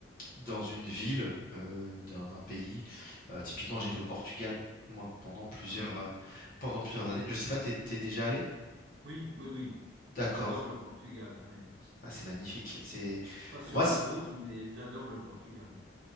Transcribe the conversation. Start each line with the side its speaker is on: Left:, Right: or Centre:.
Left: dans une ville euh, d'un d'un pays. Euh, typiquement, j'étais au Portugal moi pendant plusieurs
Right: Ah oui.
Left: euh, pendant plusieurs années. Je sais pas, t'es t'es déjà allé?
Right: Oui, oui, oui.
Left: D'accord.
Right: J'adore le Portugal. ouais.
Left: Ah, c'est magnifique. C'est
Right: Pas sur
Left: pour moi c'est-
Right: la route, mais j'adore le Portugal.